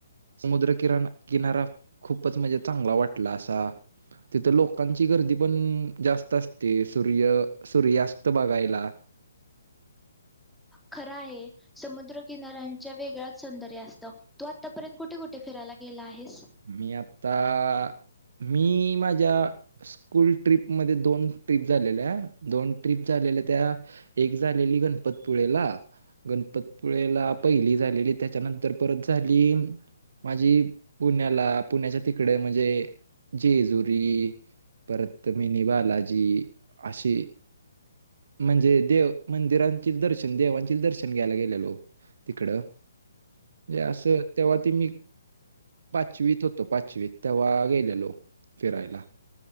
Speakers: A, on the right; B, in the centre.
A: समुद्र किरण किनारा- खूपच म्हणजे चांगला वाटला असा, तिथं लोकांची गर्दी पण जास्त असते सूर्य सूर्यास्त- त बघायला.
B: खरं आहे समुद्रकिनाऱ्यांच्या वेगळच सौंदर्य असतं, तू आतापर्यंत कुठे कुठे फिरायला गेला आहेस?
A: मी आत्ता- मी माझ्या स्कूल ट्रीपमध्ये दोन ट्रीप झालेल्या, दोन ट्रीप झालेल्या त्या एक झालेली गणपतपुळेला, गणपतपुळेला पहिली झालेली त्याच्यानंतर परत झाली माझी- पुण्याला पुण्याच्या तिकडे म्हणजे जेजुरी परत मिनी बालाजी अशे- म्हणजे देव मंदिरांचे दर्शन, देवांचे दर्शन घ्यायला गेलेलो तिकड, म्हणजे असं तेव्हा ते मी पाचवीत होतो पाचवीत तेव्हा गेलेलो फिरायला.